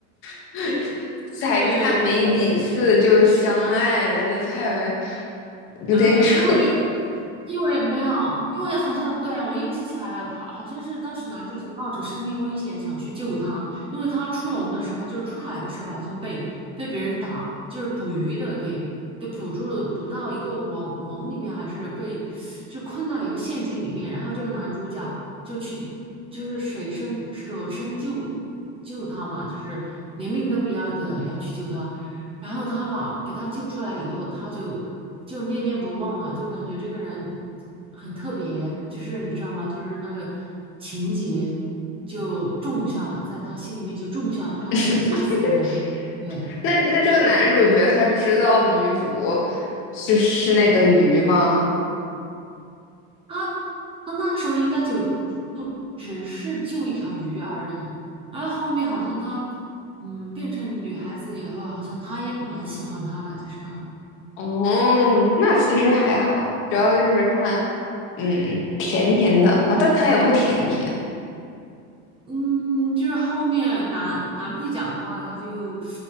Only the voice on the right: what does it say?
对，
呃，
因为因为没有，因为好像对我又记起来了，他好像是当时男主角冒着生命危险想去救他，因为他出笼的时候，就是出海的时候，好像被被别人打，就是捕鱼的给给捕住，捕到一个网网里面，还是被就困到一个陷阱里面，然后这个男主角就去就是舍身舍身救救他嘛，就是连命都不要的要去救他。然后他把给他救出来以后，他就就念念不忘了，就感觉这个人很特别，就是你知道吗？就是那个情节就种下了，在他心里面就种下了，
他是爱这是个的人。对，
但
他他那时候应该就就只是救一条鱼而已，然后后面好像他嗯变成女孩子以后，好像他也蛮喜欢他的，就是那种。
嗯，就是后面男男配角的话，他就，